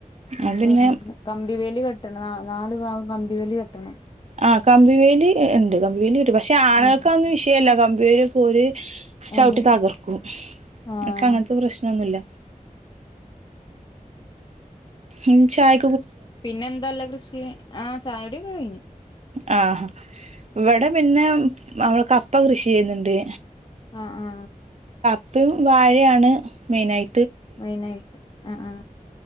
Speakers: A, on the right (about 50°); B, on the left (about 35°).
A: അത്
B: അങ്ങനെ
A: പിന്നെ
B: വരുമ്പം കമ്പിവേലി കെ ട്ടണം നാല് ഭാഗും കമ്പിവേലി കെട്ടണം.
A: ആ കമ്പിവേലി ഉണ്ട് കമ്പിവേലി പക്ഷെ ആനകൾക്കതൊന്നും
B: ആഹ്
A: വിഷയല്ല കമ്പി അതേ പോലെ ചവിട്ടി
B: അത്
A: തകർക്കും
B: ആഹ്
A: എനിക്ക് അങ്ങനത്തെ പ്രശ്നം ഒന്നുല്ല. ഉം ചായ
B: പിന്നെ എന്താല്ല കൃഷി ആ ചായകുടിയൊക്കെകയിഞ്ഞു.
A: ആ ഇവിടെ പിന്നെ നമ്മൾ കപ്പ കൃഷി ചെയ്യുന്നുണ്ട്.
B: ആ ആ
A: ത്ത് വാഴേണ് മെയിനയി
B: മെയിനായിട്ട് അ ആ